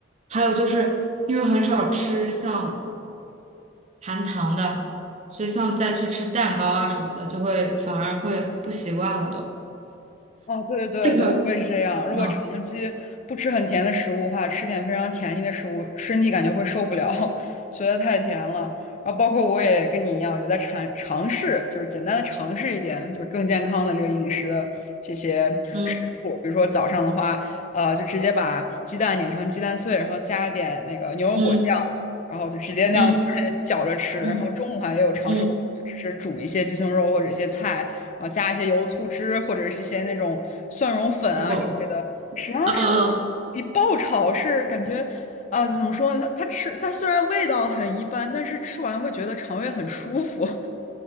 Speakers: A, on the right; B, on the left.
A: 还有就是因为很少吃像。含糖的，所以像再去吃蛋糕啊什么的，就会反而会不习惯了都。
B: 哦，对对对，
A: 这个，
B: 我也是这样。
A: 嗯
B: 如果长期不吃很甜的食物的话，吃点非常甜腻的食物，身体感觉会受不了，<laughs> 觉得太甜了。然后包括我也跟你一样，有在尝尝试，就是简单的尝试一点，就是更健康的这个饮食的这些食谱。
A: 嗯
B: 比如说早上的话，呃，就直接把鸡蛋碾成鸡蛋碎，然后加点那个牛油果酱，
A: 嗯
B: 然后就直接那样子
A: 嗯
B: <laughs> 搅着吃。
A: 嗯
B: 然后中午的话也有尝试过，
A: 嗯，
B: 就只是煮一些鸡胸肉或者一些菜。然后加一些油醋汁或者是一些那种蒜蓉粉啊之类的，
A: 太够了。
B: 实际上是
A: 嗯嗯
B: 比爆炒是感觉啊，怎么说呢？它吃它虽然味道很一般，但是吃完会觉得肠胃很舒服。<laughs>